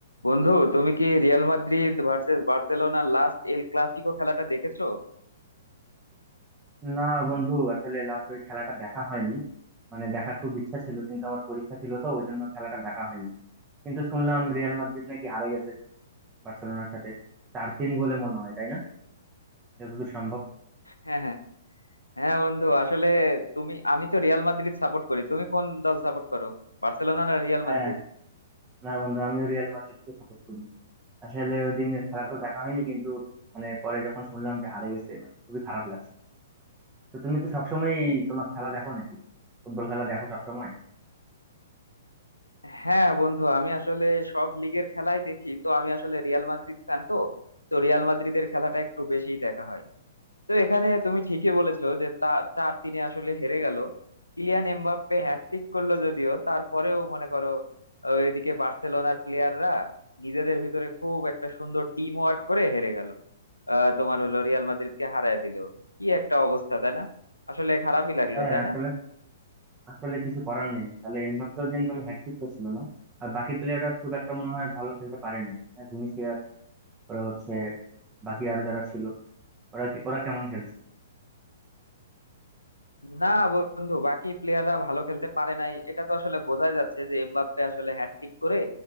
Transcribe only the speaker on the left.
বন্ধু তুমি কি Real Madrid versus Barcelona last El Clasico খেলাটা দেখেছো
হ্যাঁ হ্যাঁ হ্যাঁ বন্ধু আসলে তুমি আমি তো রিয়াল মাদ্রিদ সাপোর্ট করি তুমি কোন দল সাপোর্ট করো বার্সেলোনা না রিয়াল
মাদ্রিদ
হ্যাঁ বন্ধু আমি আসলে সব লিগের খেলাই দেখি তো আমি আসলে রিয়াল মাদ্রিদ ফ্যান তো তো রিয়াল মাদ্রিদের খেলাটা একটু বেশি দেখা হয় তো এখানে তুমি ঠিকই বলেছো যে তা চার তিনে আসলে হেরে গেল কিলিয়ান এমবাপ্পে হ্যাটট্রিক করলো যদিও তারপরেও মনে করো আহ, এদিকে বার্সেলোনার প্লেয়াররা নিজেদের ভিতরে খুব একটা সুন্দর টিম ওয়ার্ক করে হেরে গেল আহ, তোমার হলো রিয়াল মাদ্রিদকে হারায় দিল কি একটা অবস্থা তাই না আসলে খারাপই লাগলো
তাই
না
না বন্ধু বাকি প্লেয়াররা ভালো খেলতে পারে নাই এটা তো আসলে বোঝাই যাচ্ছে যে এমবাপ্পে আসলে হ্যাটট্রিক করে